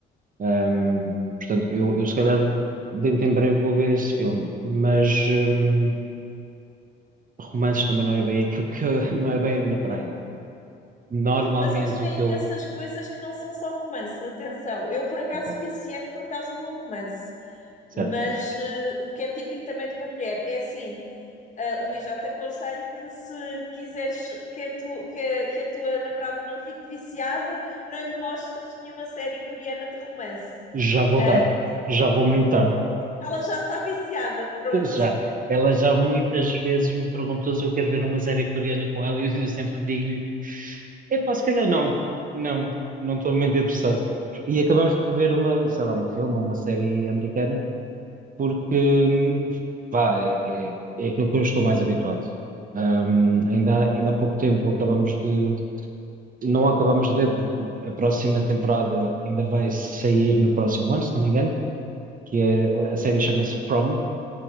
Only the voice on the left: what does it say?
Mas eles têm
imensas
coisas que não são só romances, atenção. Eu, por acaso,
viciei-me por causa de um romance,
mas eh, o que é típico também de uma mulher é assim: Uh, Luís, já te aconselho que se quiseres que a, tu, que, a- que a tua namorada não fique viciada, não lhe mostres nenhuma série coreana de romance.
Uh,
ela já está viciada, pronto.